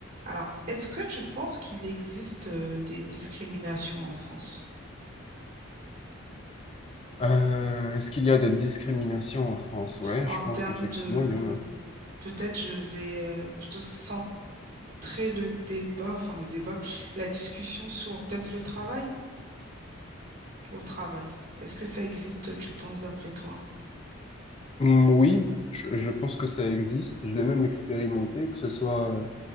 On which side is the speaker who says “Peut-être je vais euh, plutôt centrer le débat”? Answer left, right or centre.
Right